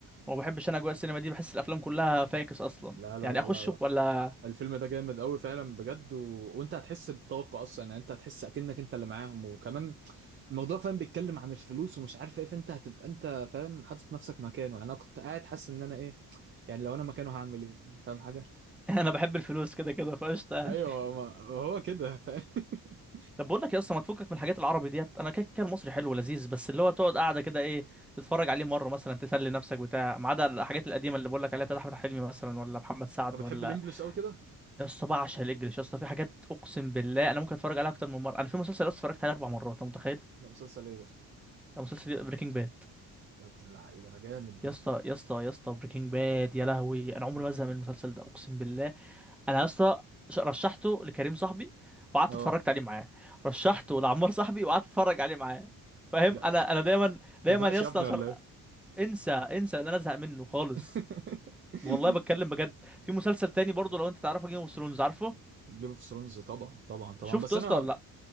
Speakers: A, in the centre; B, on the right (about 30°).
A: وما بحبش انا اجواء السينما دي بحس الافلام كلها فاكس اصلا
B: لا لا
A: يعني
B: لا
A: اخش
B: لا لا
A: ولا
B: الفيلم ده جامد قوي فعلا بجد و... وانت هتحس بطاقه اصلا يعني انت هتحس اكنك انت اللي معاهم وكمان الموضوع فاهم بيتكلم عن الفلوس ومش عارف ايه فانت هتبقى انت فاهم حاطط نفسك مكانه يعني انا كنت قاعد حاسس ان انا ايه يعني لو انا مكانه هعمل ايه فاهم حاجه
A: <laughs> انا بحب الفلوس كده كده فقشطه يعني
B: ايوه ما هو كده ف... <laughs>
A: <laughs> طب بقول لك يا اسطى ما تفكك من الحاجات العربي ديت انا كده كده المصري حلو ولذيذ بس اللي هو تقعد قاعده كده ايه تتفرج عليه مره مثلا تسلي نفسك بتاع ما عدا الحاجات القديمه اللي بقول لك عليها بتاعت احمد حلمي مثلا ولا محمد سعد
B: انت بتحب
A: ولا
B: الانجليش قوي كده؟
A: يا اسطى بعشق الانجليش يا اسطى في حاجات اقسم بالله انا ممكن اتفرج عليها اكتر من مره انا في مسلسل يا اسطى اتفرجت عليه اربع مرات انت متخيل
B: لا مسلسل ايه ده؟
A: ده مسلسل بريكنج باد
B: يا ابن اللعيبه ده جامد ده
A: يا اسطى يا اسطى يا اسطى بريكنج باد يا لهوي انا عمري ما ازهق من المسلسل ده اقسم بالله انا يا اسطى ش- رشحته لكريم صاحبي وقعدت
B: اه
A: اتفرجت عليه معاه رشحته لعمار صاحبي وقعدت اتفرج عليه معاه فاهم
B: لا
A: انا انا دايما دايما
B: تزهقش
A: يا اسطى
B: يا ابني
A: شر...
B: ولا ايه؟
A: انسى انسى ان انا ازهق منه خالص
B: <laughs>
A: والله بتكلم بجد في مسلسل تاني برضه لو انت تعرفه جيم اوف ثرونز عارفه
B: جيم اوف ثرونز طبعا طبعا طبعا
A: شفته
B: بس
A: يا
B: انا
A: اسطى ولا لا